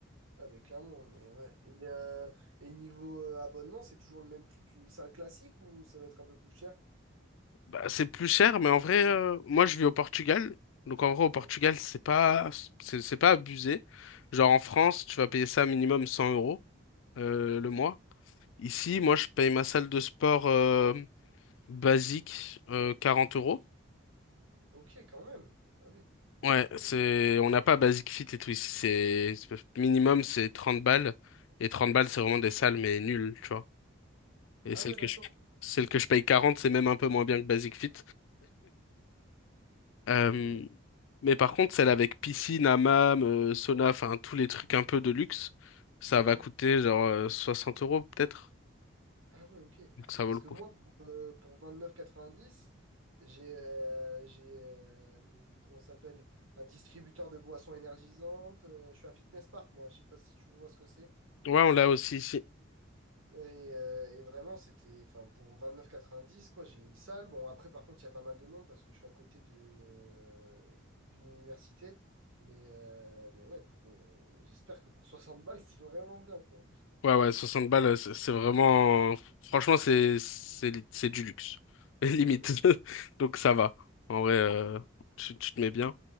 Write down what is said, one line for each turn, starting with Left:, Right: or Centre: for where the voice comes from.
Right: Ah ben clairement, mais ouais. Et, euh, et niveau euh, abonnement, c'est toujours le même prix qu'une salle classique ou ça va être un peu plus cher?
Left: Bah, c'est plus cher, mais en vrai, euh, moi, je vis au Portugal. Donc, en vrai, au Portugal,
Right: Oh,
Left: c'est pas, c'est c'est pas abusé. Genre, en France,
Right: d'accord.
Left: tu vas payer ça minimum 100 euros euh,
Right: Ok,
Left: le mois. Ici,
Right: ouais.
Left: moi, je paye ma salle de sport euh, basique euh, 40 euros.
Right: Ok, quand même. Ah oui.
Left: Ouais, c'est,
Right: Ok.
Left: on n'a pas Basic Fit et tout ici. C'est, c'est- minimum, c'est 30 balles. Et 30 balles, c'est vraiment des salles, mais nulles, tu vois. Et
Right: Ah
Left: celle
Right: ouais,
Left: que
Right: d'accord.
Left: je, celle que je paye 40, c'est même un peu moins bien que Basic Fit. Euh,
Right: Ah ouais.
Left: mais par contre, celle avec piscine, hammam, euh, sauna, enfin, tous les trucs un peu de luxe, ça
Right: Ouais.
Left: va coûter genre euh, 60 euros, peut-être.
Right: Ah ouais, ok.
Left: Donc ça
Right: Parce
Left: vaut le
Right: que
Left: coup.
Right: moi, pour, euh, pour 29,90, j'ai euh, j'ai euh, hum, comment ça s'appelle? Un distributeur de boissons énergisantes. euh, je suis à Fitness Park, moi. Je sais pas si tu vois ce que c'est.
Left: Ouais, on l'a aussi ici.
Right: Et, euh, et vraiment, c'était, enfin, pour vingt quatre-vingt-dix neuf quoi, j'ai une salle. Bon, après, par contre, il y a pas mal de monde parce que je suis à côté d'une euh, d'une université. Mais, euh, mais ouais, pour, euh, j'espère que pour 60 balles, <laughs> c'est vraiment bien, quoi.
Left: Ouais, ouais, 60 balles, euh, c'est c'est vraiment... Franchement, c'est c'est c'est du luxe. <laughs> Limite.
Right: Ok.
Left: <laughs> Donc ça va. En vrai, euh, tu, tu te mets bien.